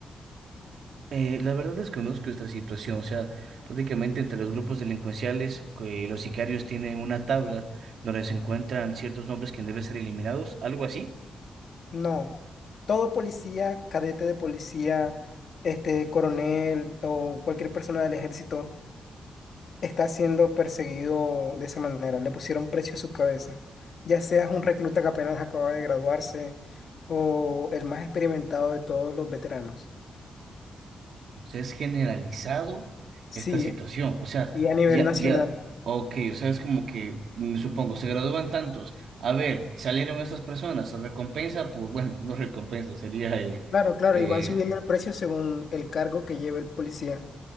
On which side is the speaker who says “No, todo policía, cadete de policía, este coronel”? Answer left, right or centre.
Left